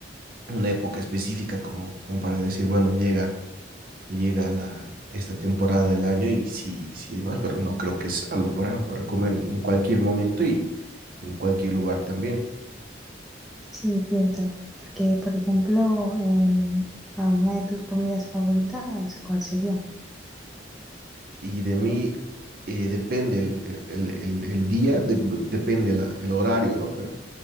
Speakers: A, on the right (about 50°); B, in the centre.
A: una época específica como, como para decir, bueno, llega, llega la, esta temporada del año y sí, sí, demás, pero no creo que es algo para, para comer en en cualquier momento y en cualquier lugar también.
B: sí, cierto. Porque, por ejemplo, em, ¿alguna de tus comidas favoritas, cuál sería?
A: y de mí eh, depende el, el- el- el- día, de- depende la- el horario, ¿no? Pero